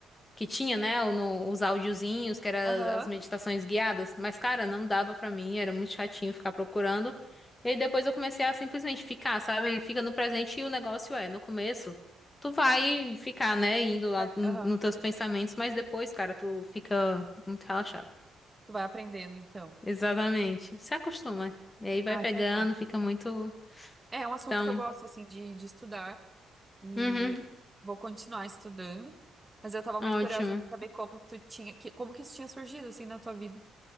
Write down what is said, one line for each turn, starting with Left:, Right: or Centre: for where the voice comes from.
Left: que tinha, né, o- no- os áudiozinhos, que era
Right: Aham.
Left: as meditações guiadas, mas cara, não dava pra mim, era muito chatinho ficar procurando. E aí depois eu comecei a simplesmente ficar, sabe? Fica no presente e o negócio é, no começo tu vai ficar, né, indo lá
Right: Vai-
Left: no-
Right: Aham.
Left: nos teus pensamentos, mas depois, cara, tu fica muito relaxado.
Right: Tu vai aprendendo, então.
Left: Exatamente. Se acostuma. E aí vai
Right: Ah,
Left: pegando,
Right: que legal.
Left: fica muito.
Right: É é um assunto
Left: Então,
Right: que eu gosto, assim, de, de estudar e
Left: uhum,
Right: vou continuar estudando. Mas eu tava muito
Left: ótimo.
Right: curiosa pra saber como tu tinha, que, como que isso tinha surgido, assim, na tua vida.